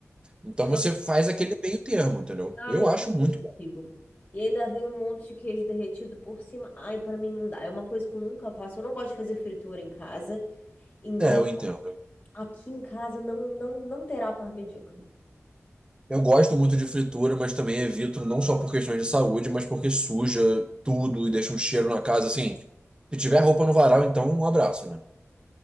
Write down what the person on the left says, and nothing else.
Eu,
ah,
eu
não
consigo.
E ainda vem um monte de queijo derretido por cima. Ai, pra mim não dá. É uma coisa que eu nunca faço. Eu não gosto de fazer fritura em casa. Então,
aqui em casa não não não terá parmegiana.